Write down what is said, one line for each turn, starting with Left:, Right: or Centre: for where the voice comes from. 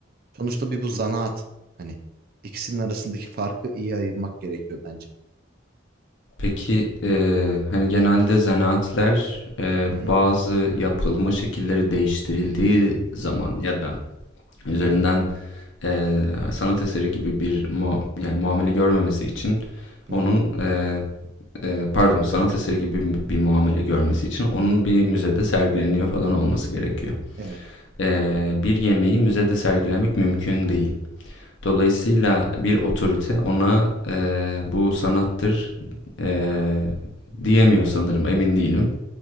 Right: Sonuçta bir bu zanaat. Hani ikisinin arasındaki farkı iyi ayırmak gerekiyor bence.
Left: Peki eee, hani genelde zanaatler eee,
Right: Hı
Left: bazı
Right: hı,
Left: yapılma şekilleri değiştirildiği zaman ya da üzerinden
Right: hı hı,
Left: eee, sanat eseri gibi bir mua- yani muamele görmemesi için
Right: hı
Left: onun
Right: hı.
Left: eee, eee, pardon sanat eseri gibi bir muamele görmesi için onun bir müzede sergileniyor falan olması gerekiyor.
Right: Evet.
Left: Eee, bir yemeği müzede sergilemek mümkün değil. Dolayısıyla bir otorite ona eee, bu sanattır eee, diyemiyor sanırım emin değilim.